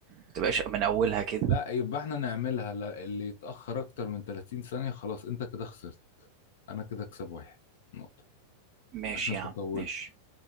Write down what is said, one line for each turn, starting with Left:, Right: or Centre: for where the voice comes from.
Right: ما تبقاش من اولها كده
Left: لا يبقى احنا نعملها لا اللي يتأخر اكتر من 30 ثانية خلاص انت كده خسرت انا كده اكسب واحد نقطة
Right: ماشي
Left: عشان انت
Right: يا عم
Left: طولت
Right: ماشي